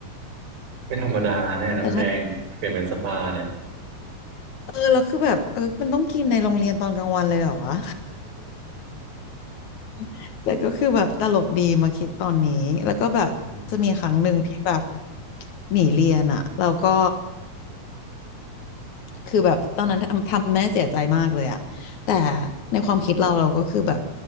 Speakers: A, on the right; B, on the left.
A: ไม่ธรรมดาแน่น้ำแดงเปลี่ยนเป็นสปาเนี่ย
B: แล้วถ้าเออแล้วคือแบบเออมันต้องกินในโรงเรียนตอนกลางวันเลยเหรอวะ <laughs> แต่ก็คือแบบตลกดีมาคิดตอนนี้แล้วก็แบบจะมีครั้งหนึ่งที่แบบ
A: <laughs> อืม
B: หนีเรียนอะแล้วก็ คือแบบตอนนั้นทำทำแม่เสียใจมากเลยอะแต่ในความคิดเราเราก็คือแบบ